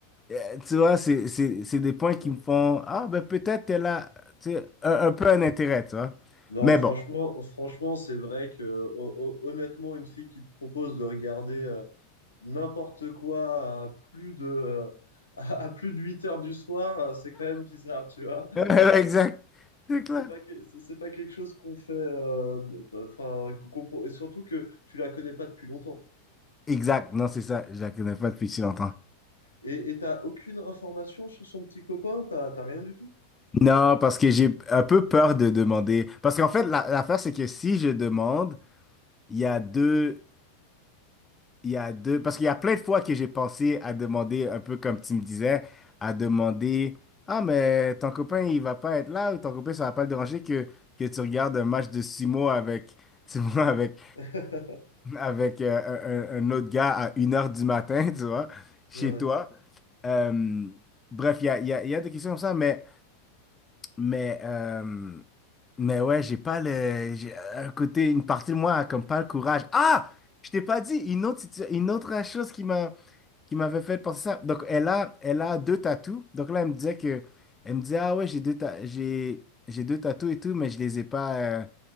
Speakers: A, on the left; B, on the left.
A: euh, tu vois c'est c'est c'est des points
B: Ouais.
A: qui me font ah ben peut-être qu'elle a tu sais, un, un peu un intérêt, tu vois.
B: Non,
A: Mais
B: franchement,
A: bon.
B: franchement, c'est vrai que ho- ho- honnêtement, une fille qui te propose de regarder euh, n'importe quoi à plus de, euh, <laughs> à, plus de 8 heures du soir, euh, c'est quand même bizarre, tu vois.
A: <laughs>
B: <laughs>
A: Exact. C'est clair.
B: C'est pas que- c'est c'est pas quelque chose qu'on fait, euh, enfin, qu'on compre- et surtout que tu la connais pas depuis longtemps.
A: Exact. Non, c'est ça. Je la connais pas depuis si longtemps.
B: Et et t'as aucune information sur son petit copain, t'as t'as rien du tout.
A: Non, parce que j'ai un peu peur de demander. Parce qu'en fait, la- l'affaire, c'est que si je demande, il y a deux, il y a deux, parce qu'il y a plein de fois que j'ai pensé à demander, un peu comme tu me disais, à demander, ah, mais ton copain, il va pas être là, ou ton copain, ça va pas le déranger que, que tu regardes un match de sumo avec, <laughs> tu vois, avec,
B: <laughs>
A: avec euh, un, un- un autre gars à une heure du matin, <laughs> tu vois, chez
B: Ouais.
A: toi. Euh, bref, il y a, il y a, il y a des questions comme ça, mais. Mais, euh, mais ouais, j'ai pas le. j'ai- Un côté, une partie de moi a comme pas le courage. Ah! Je t'ai pas dit, une autre, situa- une autre chose qui m'a qui m'avait fait penser ça. Donc, elle a, elle a deux tatous. Donc là, elle me disait que. Elle me disait, ah ouais, j'ai deux, ta- j'ai, j'ai deux tatous et tout, mais je les ai pas. euh,